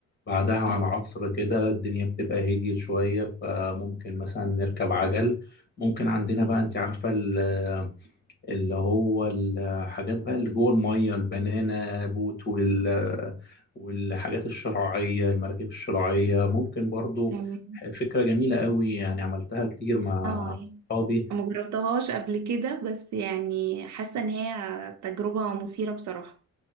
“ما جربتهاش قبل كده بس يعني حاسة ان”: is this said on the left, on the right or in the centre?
Right